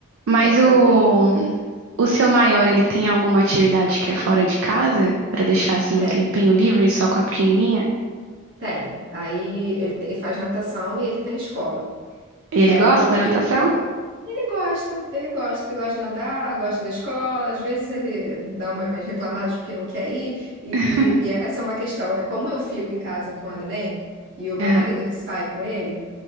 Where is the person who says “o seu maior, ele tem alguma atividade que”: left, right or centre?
Right